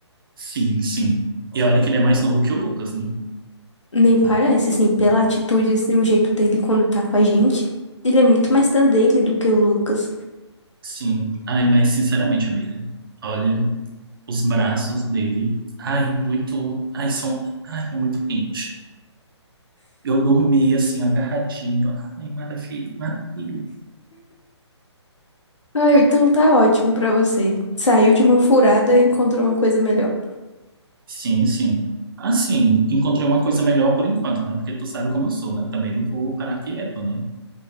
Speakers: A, on the right (about 50°); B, on the left (about 80°).
A: sim, sim. E olha que ele é mais novo que o Lucas, né?
B: Nem parece, assim, pela atitude, assim, o jeito dele quando tá com a gente. Ele é muito mais da dele do que o Lucas.
A: Sim. Ai, mas sinceramente, amiga, olha. os braços dele. Ai, muito. Ai, são. Ai, é muito quente. Eu dormi assim, agarradinho. Ai, maravilha, maravilha.
B: Ah, então tá ótimo pra você. Saiu de uma furada e encontrou uma coisa melhor.
A: Sim, sim. Assim, encontrei uma coisa melhor por enquanto, né? Porque tu sabe como eu sou, né? Também não vou parar quieto, né?